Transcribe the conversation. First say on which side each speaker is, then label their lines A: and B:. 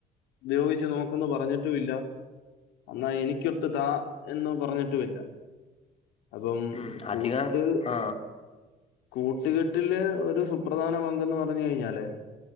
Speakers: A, on the left (about 90°); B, on the left (about 35°).
A: ഉപയോഗിച്ച് നോക്കെന്നു പറഞ്ഞിട്ടും ഇല്ല എന്നാ എനിക്കൊട്ട് താ എന്ന് പറഞ്ഞിട്ടുമില്ല അപ്പം
B: ഉം
A: കൂട്ട്
B: അധികം ആ
A: കൂട്ടുകെട്ടില് ഒരു സുപ്രധാന പങ്കെന്ന് പറഞ്ഞു കഴിഞ്ഞാല്